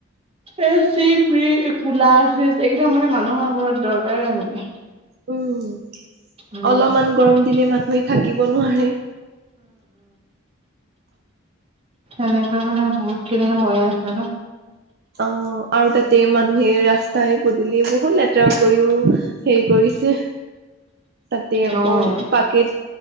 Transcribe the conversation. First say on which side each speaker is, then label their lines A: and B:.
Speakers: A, on the right; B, on the right.
A: A C fridge cooler fridge এইকেইটা মানে মানুহৰ ঘৰত দৰকাৰে মানে।
B: উম।
A: উম।
B: অলপমান গৰম দিলে মানুহে থাকিব নোৱাৰে।
A: এনেকুৱা মানে বহুত খিনি হৈ আছে ন।
B: অঁ আৰু তাতে মানুহে ৰাস্তাই পদূলিয়ে বহুত লেতেৰা কৰিওঁ হেৰি কৰিছে। তাতে আকৌ
A: অ',
B: পাকেট